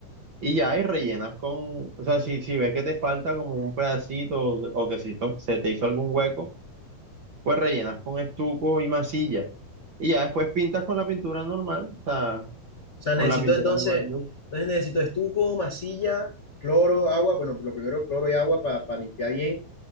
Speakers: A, on the right (about 55°); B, on the left (about 80°).
A: Y ya, y rellenas con, o sea, si, si ves que te falta como un pedacito o o que si to- se te hizo algún hueco, pues rellenas con estuco y masilla. Y ya después pintas con la pintura normal, o sea,
B: O sea,
A: con
B: necesito
A: la pintura
B: entonces.
A: normal. ¿no?
B: Entonces necesito estuco, masilla, cloro, agua. Bueno, lo primero cloro y agua para limpiar bien.